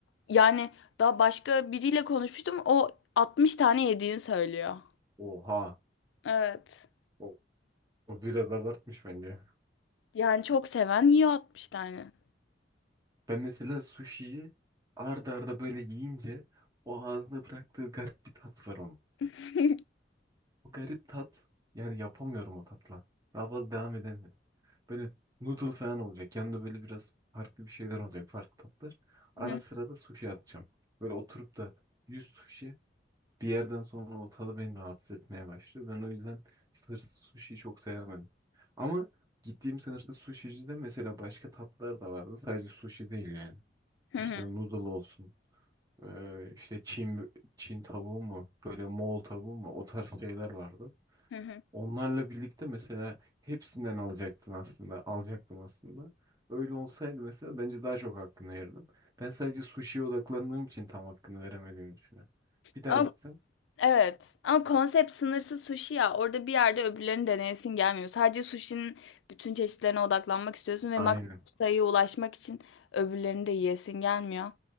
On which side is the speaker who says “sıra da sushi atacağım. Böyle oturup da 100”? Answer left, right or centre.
Right